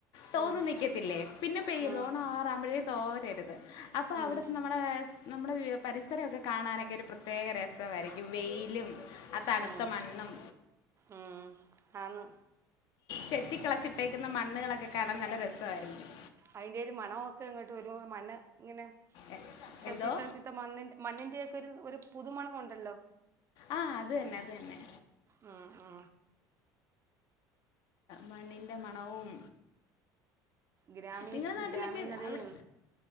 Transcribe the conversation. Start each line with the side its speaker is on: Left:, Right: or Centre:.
Left: തോന്ന്
Right: ഉം,
Left: നിൽക്കത്തില്ലേ പിന്നെ പെയ്യരുത്
Right: ഉം,
Left: ഓണം ആകാറാമ്പോഴേ തോരരുത് അപ്പൊ അവിടുത്തെ
Right: ഉം,
Left: നമ്മുടെ നമ്മുടെ പരിസരം ഒക്കെ കാണാനൊക്കെ ഒരു പ്രെ പ്രത്യേക രസമായിരിക്കും വെയിലും ആ തണുത്ത
Right: ഉം,
Left: മണ്ണും
Right: ഉം. ആന്ന്
Left: ചെത്തി കളച്ചിട്ടേക്കുന്ന മണ്ണുകളൊക്കെ കാണാൻ നല്ല രസമായിരിക്കും
Right: അതിന്റെ ഒരു മണൊക്കെ ഇങ്ങോട്ട് വരുന്ന മണ്ണ് ഇങ്ങനെ
Left: എ-
Right: ചെത്തിത്തൽച്ചിട്ട
Left: എന്തോ
Right: മണ്ണി മണ്ണിൻന്റെക്കെ ഒരു ഒരു പുതുമണം ഉണ്ടല്ലോ
Left: ആ അത് തന്നെ അത് തന്നെ
Right: ആ ആ
Left: മണ്ണിൻ്റെ മണവും
Right: ഗ്രാമീ
Left: നിങ്ങള നാട്ടിലൊക്കെ
Right: ഗ്രാമീണതയും
Left: അവിടെ